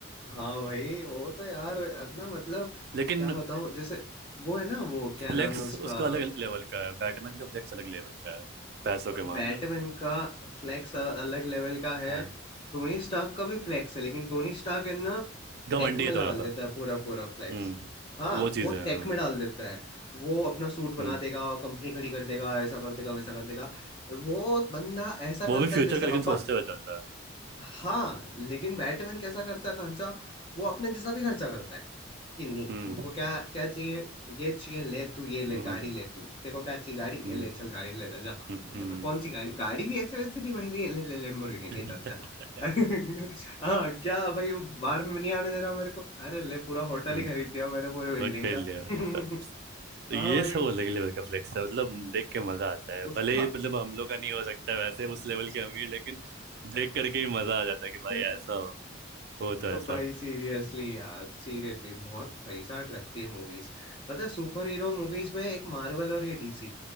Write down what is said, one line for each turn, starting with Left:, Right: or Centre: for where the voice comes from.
Left: हाँ भाई वो तो यार अपना मतलब
Right: लेकिन
Left: क्या बताओ जैसे वो है ना वो क्या
Right: फ्लेक्स
Left: नाम है उसका
Right: उसका अलग लेवल का है बैटमैन का फ्लेक्स अलग लेवल का है पैसों के मामले
Left: बैटमैन
Right: में
Left: का फ्लैक्स अलग लेवल का है
Right: है
Left: टोनी स्टार्क का भी फ्लैक्स है लेकिन टोनी स्टार्क है ना
Right: घमंडी
Left: टेक
Right: है
Left: में डाल
Right: थोड़ा
Left: देता
Right: सा
Left: है पूरा पूरा फ्लैक्स
Right: हम्म
Left: हाँ
Right: वो चीज़
Left: वो
Right: है
Left: टेक
Right: हम्म
Left: में डाल देता है वो अपना सूट
Right: हम्म
Left: बना देगा कंपनी खड़ी कर देगा ऐसा कर देगा वैसा कर देगा वो बंदा ऐसा करता
Right: वो भी फ्यूचर
Left: है जैसे
Right: का लेकिन
Left: अपन
Right: सोचते हुए चलता है
Left: हाँ लेकिन बैटमैन कैसा करता है खर्चा वो अपने जैसा भी खर्चा करता है कि नहीं
Right: हम्म
Left: तुमको क्या क्या चाहिए ये चाहिए ले तू ये ले
Right: हम्म
Left: गाड़ी ले तू देखो क्या चाहिए गाड़ी
Right: हम्म
Left: ये ले चल गाड़ी ले जा, जा,
Right: हम्म
Left: जा
Right: हम्म
Left: कौन सी गाड़ी गाड़ी भी ऐसे वैसे नहीं भाई ले ले ले Lamborghini,
Right: <laughs>
Left: ले जा जा <laughs> हाँ क्या भाई बाहर में नहीं आने दे रहा मेरे को अरे ले पूरा होटल
Right: हम्म,
Left: ही खरीद दिया मैंने पूरे बिल्डिंग
Right: और कर
Left: का
Right: लिया
Left: <laughs>
Right: ऐसा तो ये
Left: हाँ भाई
Right: सब अलग लेवल का फ्लेक्स है मतलब देख के मजा आता है
Left: उसका
Right: भले ही मतलब हम लोग का नहीं हो सकता वैसे उस लेवल के अमीर लेकिन देख करके ही मजा आ जाता है कि भाई
Left: <laughs>
Right: ऐसा हो, हो तो
Left: अब
Right: ऐसा
Left: भाई
Right: हो
Left: सीरियसली यार सीरियसली बहुत पैसा लगती है मूवीज पता है सुपर हीरो मूवीज में एक मार्वल और ये डीसी